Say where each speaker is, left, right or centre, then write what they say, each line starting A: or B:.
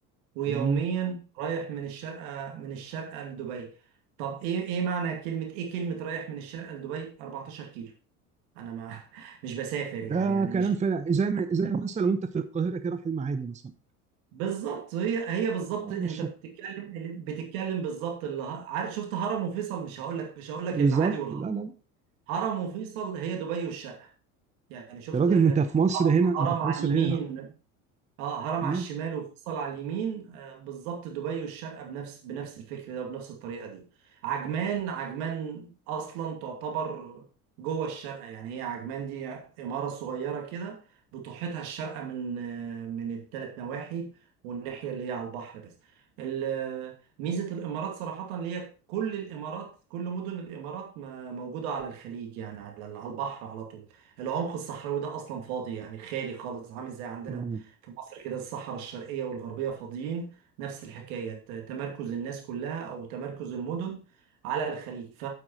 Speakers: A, on the right; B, on the right.
A: ويوميا
B: مم.
A: رايح من الشارقه من الشارقه لدبي طب ايه ايه معنى كلمه ايه كلمه رايح من الشارقه لدبي 14 كيلو انا ما <laughs> مش بسافر
B: ده
A: يعني يعني مش
B: كلام فعلا زي ما زي مثلا وانت في القاهره كده رايح المعادي مثلا
A: بالظبط هي هي بالظبط
B: اه
A: انت
B: مش
A: بتتكلم بتتكلم بالظبط اللي ه- عارف شفت هرم وفيصل مش هقول لك مش هقول لك
B: بالظبط
A: المعادي والهرم
B: لا لا
A: هرم وفيصل هي دبي والشرق يعني شفت
B: يا راجل
A: آه،
B: انت في مصر
A: هرم
B: هنا
A: هرم
B: انت في
A: على
B: مصر
A: اليمين
B: هنا لا
A: اه هرم
B: امم
A: على الشمال وفيصل على اليمين آه بالظبط دبي والشارقة بنفس بنفس الفكر ده وبنفس الطريقة دي عجمان عجمان اصلا تعتبر جوه الشارقة يعني هي عجمان دي عمارة صغيرة كده بتحيطها الشارقة من آه من الثلاث نواحي والناحية اللي هي على البحر بس ال- ميزة الامارات صراحة اللي هي كل الامارات كل مدن الامارات ما- موجودة على الخليج يعني على على البحر على طول العمق الصحراوي ده اصلا فاضي يعني خالي خالص عامل زي عندنا
B: امم
A: في مصر كده الصحراء الشرقية والغربية فاضيين نفس الحكاية ت- تمركز الناس كلها أو تمركز المدن على الخليج ف...